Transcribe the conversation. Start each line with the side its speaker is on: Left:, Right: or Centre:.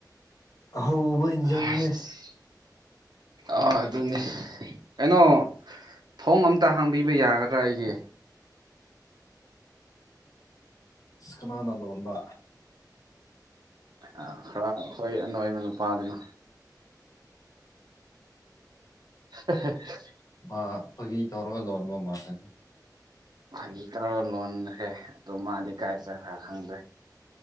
Left: ꯑꯍꯧꯕ ꯏꯟꯖꯥꯡꯅꯦ
Right: ꯑꯁ ꯑ ꯑꯗꯨꯅꯦ ꯀꯩꯅꯣ꯫ ꯊꯣꯡ ꯑꯝꯇ ꯍꯥꯡꯕꯤꯕ ꯌꯥꯒꯗ꯭ꯔꯥ ꯑꯩꯒꯤ꯫
Left: ꯁ ꯀꯅꯥꯅ ꯂꯣꯟꯕ꯫
Right: ꯑ ꯈꯔ ꯑꯩꯈꯣꯏ ꯑꯅꯣꯏꯕ ꯅꯨꯄꯥꯗꯨꯅ <unintelligible>
Left: ꯃꯥ ꯐꯥꯒꯤ ꯇꯧꯔꯒ ꯂꯣꯟꯕ ꯃꯥꯟꯂꯦ
Right: ꯐꯒꯤꯇꯧꯔ ꯂꯣꯟꯈ꯭ꯔꯦ ꯑꯗꯨ ꯃꯥꯗꯤ ꯀꯥꯏ ꯆꯠꯈ꯭ꯔ ꯈꯪꯗ꯭ꯔꯦ